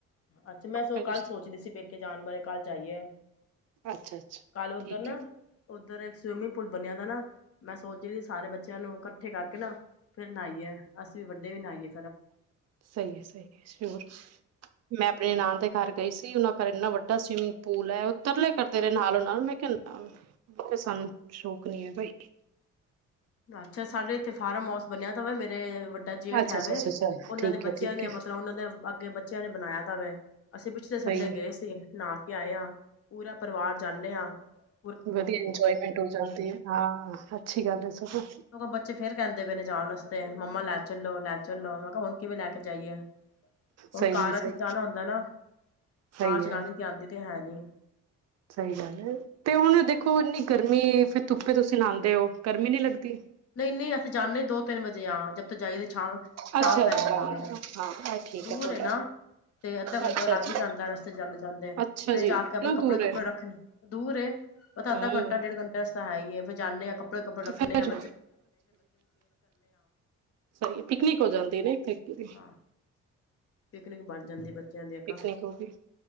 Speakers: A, on the left; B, on the right.
A: ਅੱਛਾ ਮੈਂ
B: ਫਿਰ
A: ਕੱਲ
B: ਉਸ
A: ਸੋਚਦੀ ਸੀ ਪੇਕੇ ਜਾਣ ਬਾਰੇ ਕੱਲ ਜਾਈਏ
B: ਅੱਛਾ ਅੱਛਾ
A: ਕੱਲ ਉੱਧਰ
B: ਠੀਕ
A: ਨਾ
B: ਹੈ
A: ਉੱਧਰ ਇੱਕ ਸਵੀਮਿੰਗ ਪੂਲ ਬਣਿਆ ਤਾ ਨਾ ਮੈਂ ਸੋਚ ਰਹੀ ਸੀ ਸਾਰੇ ਬੱਚਿਆਂ ਨੂੰ ਇਕੱਠੇ ਕਰਕੇ ਨਾ ਫਿਰ ਨਹਾਾਈਏ ਅਸੀਂ ਵੀ ਵੱਡੇ ਵੀ ਨਾਈਏ
B: ਸਹੀ ਹੈ ਸਹੀ ਹੈ ਸ਼ਯੁਰ ਮੈਂ ਆਪਣੇ
A: ਹਾਂਜੀ
B: ਨਣਾਣ ਦੇ ਘਰ ਗਈ ਸੀ ਉਹਨਾਂ ਘਰ ਇੰਨਾ ਵੱਡਾ ਵੱਡਾ ਸਵਿਮਿੰਗ ਪੂਲ ਹੈ ਉਹ ਤਰਲੇ ਕਰਦੇ ਰਹੇ ਨਾਲੋਂ ਨਾਲ ਮੈਂ ਕ ਮੈਂ ਕਿਹਾ ਸਾਨੂੰ ਸ਼ੌਕ ਨੀ ਹੈ ਬਾਈ
A: ਅੱਛਾ ਸਾਡੇ ਇੱਥੇ ਫਾਰਮ ਹਾਊਸ ਬਣਿਆ ਤਾਂ ਵਾ ਮੇਰੇ ਵੱਡਾ ਜੇਠ
B: ਅੱਛਾ
A: ਹੈਵੇ
B: ਅੱਛਾ ਅੱਛਾ ਅੱਛਾ
A: ਉਹਨਾਂ
B: ਠੀਕ
A: ਦੇ
B: ਹੈ
A: ਬੱਚਿਆਂ
B: ਠੀਕ
A: ਦੇ
B: ਹੈ
A: ਮਤਲਬ ਉਹਨਾਂ ਦੇ ਅੱਗੇ ਬੱਚਿਆਂ ਨੇ ਬਣਾਇਆ ਦਾਵੇ ਅਸੀਂ ਪਿਛਲੇ ਸੰਡੇ
B: ਸਹੀ
A: ਗਏ ਸੀ ਨਹਾ ਕੇ ਆਏ ਹਾਂ ਪੂਰਾ ਪਰਿਵਾਰ ਜਾਂਦੇ ਹਾਂ ਹ <unintelligible>
B: ਵਧੀਆ ਇੰਜੋਏਮੈਂਟ ਹੋ ਜਾਂਦੀ ਹਾਂ ਅੱਛੀ ਗੱਲ ਹੈ ਸਗੋਂ
A: ਉਹ ਬੱਚੇ ਫੇਰ ਕਹਿੰਦੇ ਪਏ ਨੇ ਜਾਣ ਵਾਸਤੇ ਮੰਮਾ ਲੈ ਚਲੋ ਲੈ ਚਲੋ ਮੈਂ ਕਿਹਾ ਹੁਣ ਕਿਵੇਂ ਲੈ ਕੇ ਜਾਈਏ ਹੁਣ
B: ਸਹੀ
A: ਕਾਰਾਂ
B: ਹੈ ਸਹੀ
A: ਚ ਜਾਣਾ ਹੁੰਦਾ ਨਾ
B: ਸਹੀ
A: ਕਾਰ ਚਲਾਉਣੀ
B: ਹੈ
A: ਤੇ ਆਉਂਦੀ ਤੇ ਹੈ ਨਹੀਂ
B: ਸਹੀ ਗੱਲ ਹੈ ਤੇ ਹੁਣ ਦੇਖੋਨੀ ਗਰਮੀ ਫਿਰ ਧੁੱਪੇ ਤੁਸੀਂ ਲਾਉਂਦੇ ਹੋ ਗਰਮੀ ਨਹੀਂ ਲੱਗਦੀ
A: ਨਹੀਂ ਨਹੀਂ ਅਸੀਂ ਜਾਂਨੇ ਦੋ ਤਿੰਨ ਵਜੇ ਜੇ ਹਾਂ ਜਦ ਤੋਂ ਜਾਈਏ ਤੇ ਸ਼ਾਮ
B: ਅੱਛਾ
A: ਪੈ
B: ਅੱਛਾ
A: ਜਾਂਦੀ
B: ਹਾਂ
A: ਹੈ
B: ਇਹ ਠੀਕ
A: ਦੂਰ
B: ਹੈ ਤੁਹਾਡਾ
A: ਐ ਨਾ ਤੇ ਅੱਧਾ ਘੰਟਾ
B: ਅੱਛਾ
A: ਲੱਗ
B: ਅੱਛਾ
A: ਹੀ ਜਾਂਦਾ ਰਸਤੇ ਚਦੇ ਜਾਂਦੇ
B: ਅੱਛਾ
A: ਫੇਰ
B: ਜੀ
A: ਜਾ
B: ਇਨਾ
A: ਕੇ ਆਪਣੇ ਕੱਪੜੇ
B: ਦੂਰ
A: ਕੱਪੜੇ
B: ਹੈ
A: ਰੱਖਣੇ ਦੂਰ ਏ ਪਤਾ
B: ਹਮ
A: ਅੱਧਾ ਘੰਟਾ ਡੇਢ ਘੰਟਾ ਤਾਂ ਹੈ ਹੀਏ ਬਸ ਜਾਂਨੇ ਹਾਂ ਕਪੜੇ ਕੱੜੜੇ
B: ਤੇ
A: ਰੱਖਨੇ
B: ਫਿਰ
A: ਆਂ
B: ਸਹੀ ਪਿਕਨਿਕ ਹੋ ਜਾਂਦੀ ਨਾ ਇਥੇ ਵੀ
A: ਹਾਂ ਪਿਕਨਿਕ ਬਣ ਜਾਂਦੀ ਬੱਚਿਆਂ ਦੀ ਇੱਕ
B: ਪਿਕਨਿਕ ਹੋ ਗਈ